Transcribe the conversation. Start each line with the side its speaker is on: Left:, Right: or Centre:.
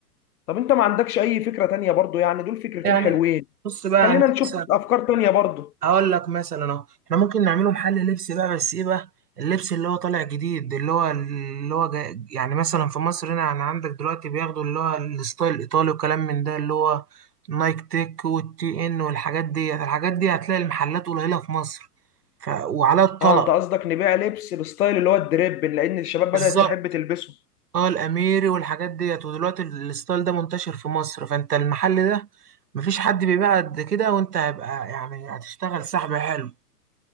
Left: طب انت ما عندكش اي فكرة تانية برضو يعني دول فكرتين
Right: يعني
Left: حلوين
Right: بص بقى
Left: خلينا
Right: يعني انت
Left: نشوف
Right: مثلا
Left: افكار تانية برضو
Right: هقول لك مثلا اهو احنا ممكن نعمله محل لبس بقى بس ايه بقى اللبس اللي هو طالع جديد اللي هو اللي هو جاي يعني مثلا في مصر هنا يعني عندك دلوقتي بياخدوا اللي هو الستايل الايطالي وكلام من ده اللي هو نايك تيك والتي ان والحاجات دي الحاجات دي هتلاقي المحلات قليلة في مصر ف... وعلى الطلب
Left: اه انت قصدك نبيع لبس بستايل اللي هو الدريب لان الشباب بدأت
Right: بالظبط
Left: تحب تلبسه
Right: اه الاميري والحاجات ديت ودلوقتي ال- الستايل ده منتشر في مصر فانت المحل ده مفيش حد بيبيع قد كده وانت هيبقى يعني هتشتغل سحب حلو